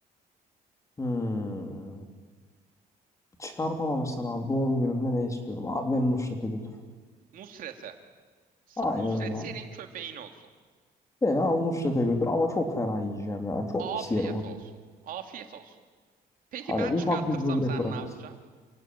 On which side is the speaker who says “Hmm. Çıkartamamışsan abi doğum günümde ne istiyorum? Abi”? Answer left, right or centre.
Left